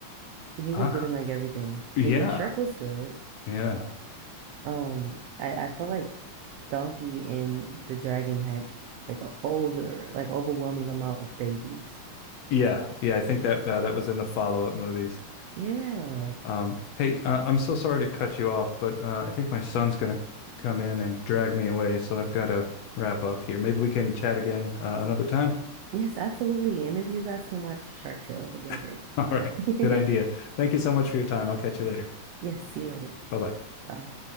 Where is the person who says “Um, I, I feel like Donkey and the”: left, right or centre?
Right